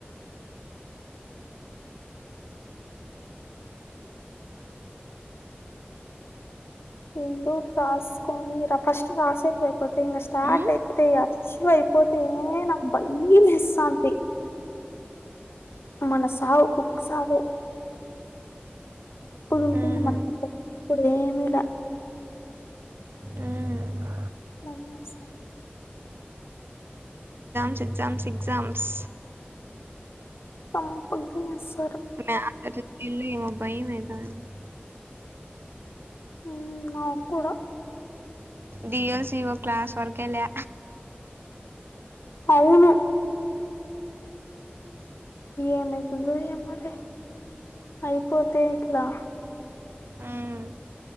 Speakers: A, on the left (about 80°); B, on the right (about 70°).
A: ఎందోకటి రాసుకొని రా ఫస్ట్ రాసేట్ అయిపోతే ఇంక స్టార్ట్
B: మ్మ్
A: అయితే అస్ అయిపోతే నాకు భయమెస్తాంది మనస్ సావు కుక్ సావే ఇప్పుడు ఉంటుంది
B: మ్మ్
A: మనకు ఇప్పుడు ఏమి లే
B: హహ్
A: మా వదిన వస్త
B: ఎగ్జామ్స్ ఎగ్జామ్స్
A: <unintelligible>
B: <unintelligible> ఇళ్ళ ఏమో భయం అయితాంది
A: హ నా కూడా
B: డివోసిఓ క్లాస్ వర్క్ లే
A: అవును ఏమైతుందో ఎమో లే అయిపోతే ఇట్లా
B: ఆహ్